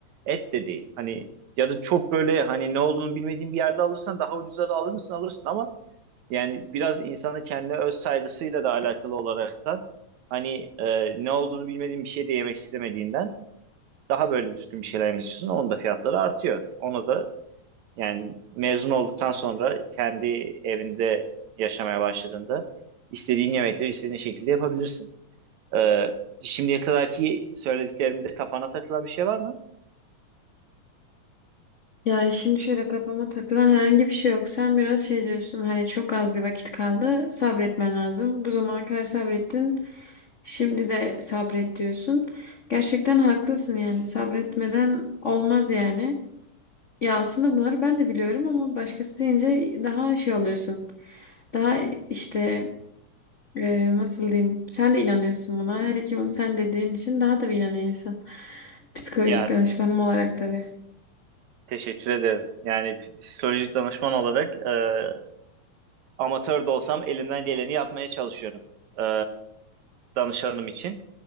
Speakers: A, on the right; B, on the left.
A: et de değil. Hani ya da çok böyle hani ne olduğunu bilmediğin bir yerde alırsan daha ucuza da alır mısın alırsın ama yani biraz insanın kendi öz saygısıyla da alakalı olaraktan hani e, ne olduğunu bilmediğin bir şey de yemek istemediğinden daha böyle düzgün bir şeyler yemek istiyorsun. Onun da fiyatları artıyor. Ona da yani mezun olduktan sonra kendi evinde yaşamaya başladığında istediğin yemekleri istediğin şekilde yapabilirsin. Ee, şimdiye kadarki söylediklerimde kafana takılan bir şey var mı?
B: Ya şimdi şöyle kafama takılan herhangi bir şey yok. Sen biraz şey diyorsun hani çok az bir vakit kaldı sabretmen lazım. Bu zamana kadar sabrettin şimdi de sabret diyorsun. Gerçekten haklısın yani sabretmeden olmaz yani. Ya aslında bunları ben de biliyorum ama başkası deyince daha şey oluyorsun. Daha işte Ee, nasıl diyeyim? Sen de inanıyorsun buna. Her ki bunu sen dediğin için daha da bir inanıyor insan. Psikolojik
A: Ya
B: danışmanım olarak tabii.
A: teşekkür ederim. Yani psikolojik danışman olarak e, amatör de olsam elimden geleni yapmaya çalışıyorum e, danışanım için.